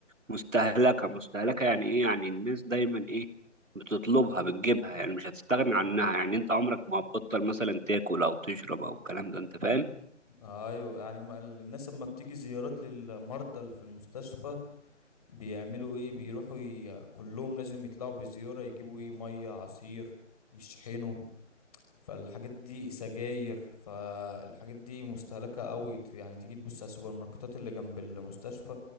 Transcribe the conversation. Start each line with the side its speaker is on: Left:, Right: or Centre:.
Right: مستهلكة مستهلكة يعني ايه يعني الناس دايما ايه بتطلبها بتجيبها يعني مش هتستغني عنها يعني انت عمرك ما هتبطل مثلا تاكل او تشرب او الكلام ده انت فاهم
Left: أيوه يعني ما- الناس لما بتيجي زيارات للمرضى اللي في المستشفى بيعملوا إيه؟ بيروحوا ي... كلهم لازم يطلعوا بزيارة يجيبوا إيه مية عصير يشحنوا فالحاجات دي سجاير فالحاجات دي مستهلكة قوي ت- يعني تيجي تبص على السوبر ماركتات اللي جنب المستشفى